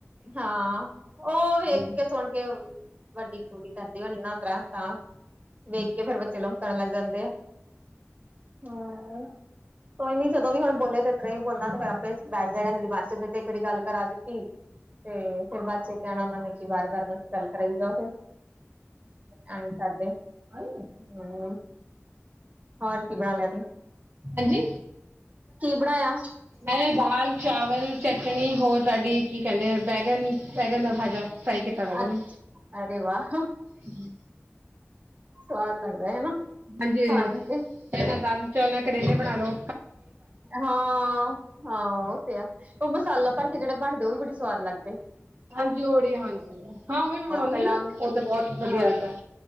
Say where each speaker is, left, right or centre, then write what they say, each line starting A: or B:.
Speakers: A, on the right; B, on the right.
A: ਹਾਂ ਉਹ ਵੇਖ
B: ਹੈ
A: ਕੇ ਸੁਣ ਕੇ ਵੱਡੀ ਕੜੀ ਕਰਦੀ ਹੋਣੀ ਨਾ ਤ ਤਾਂ ਵੇਖ ਕੇ ਫਿਰ ਬੱਚੇ ਨੂੰ ਕਰਨ ਲੱਗ ਜਾਂਦੇ ਆ ਹਮ ਕੋਈ ਨੀ ਜਦੋਂ ਵੀ ਹੁਣ ਬੋਲੇ ਤੇ ਤਰ ਹੀ ਬੋਲਣਾ ਤੇ ਫਿਰ ਆਪੇ ਬੈਠਦੇ ਰਹਿੰਦੇ ਬਸਦੇ ਤੇ ਕਰੀ ਗੱਲ ਕਰਾ ਦਿੱਤੀ ਤੇ ਫਿਰ ਬਦ ਇਹ ਕਹਿਣਾ ਉਹਨਾਂ ਨੇ ਬਾਰ ਬਾਰ ਗੱਲ ਕਰਾਈ ਜਾਓ ਆ ਤਾਂ
B: ਹਾਏ।
A: ਹਮ ਹੋਰ ਕੀ ਬਣਾ ਲੈ ਤ
B: ਹਾਂਜੀ
A: ਬਣਾਇਆ
B: ਮੈਂ ਦਾਲ ਚਾਵਲ ਚਟਣੀ ਹੋਰ ਤੁਹਾਡੀ ਕੀ ਕਹਿੰਦੇ ਬੈਗਨ ਬੈਗਨ ਦਾ ਭਾਜਾ ਫਰਾਈ ਕੀਤਾ ਵੈਗਨ
A: ਅੱਛਾ ਅਰੇ ਵਾਹ
B: ਹ
A: ਸਵਾਦ ਲੱਗਦਾ ਹਨਾ
B: ਹਾਂਜੀ
A: ਖਾਣ
B: ਇਹਨਾ
A: ਤੇ
B: ਦਾਲ ਚੌਲ ਕਰੇਲੇ ਬਣਾ ਲੋ
A: ਹਾਂ ਹਾਂ ਉਹ ਤੇ ਆ ਉਹ ਮਸਾਲਾ ਭਰ ਕੇ ਜਿਹੜੇ ਬਣਦੇ ਉਹ ਵੀ ਬੜੀ ਸਵਾਦ ਲੱਗਦੀ <unintelligible>
B: ਹਾਂਜੀ ੜੀ ਹਾਂਜੀ ਹਾਂ ਉਹ ਵੀ ਮੈਂ ਬਣਾਉਂਦੀ
A: ਪਹਿਲਾਂ
B: ਹਾਂ ਨਾ
A: ਉਹਨੂੰ
B: ਉਹ ਤੇ ਬਹੁਤ ਵਧੀਆ
A: ਹਾਂ
B: ਲੱਗਦਾ